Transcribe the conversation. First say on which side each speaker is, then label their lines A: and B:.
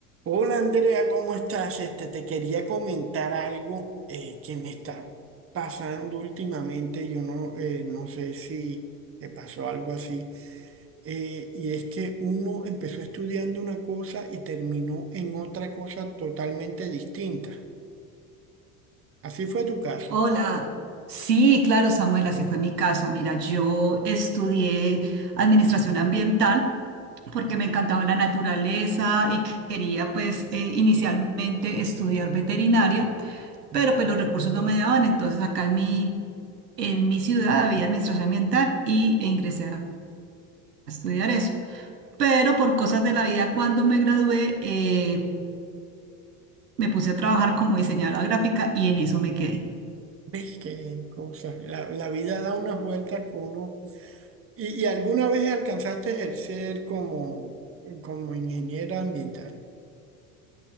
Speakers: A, on the right; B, on the right.
A: Hola Andrea, ¿cómo estás? Este, te quería comentar algo eh, que me está pasando últimamente. Yo no, eh, no sé si te pasó algo así. Eh, y es que uno empezó estudiando una cosa y terminó en otra cosa totalmente distinta. Así fue tu caso.
B: Hola, sí, claro, Samuel, así fue mi caso. Mira, yo estudié administración ambiental porque
A: Ajá,
B: me encantaba la naturaleza y quería pues eh, inicialmente estudiar veterinaria, pero
A: ujú.
B: pues los recursos no me daban, entonces acá en mi, en mi ciudad había administración ambiental y e ingresé a estudiar eso. Pero por cosas de la vida, cuando me gradué, eh, me puse a trabajar como diseñadora gráfica y en eso me quedé.
A: ¿Ves qué cosas? La, la vida da unas vueltas que uno... ¿Y, y alguna vez alcanzaste a ejercer como, como ingeniera ambiental?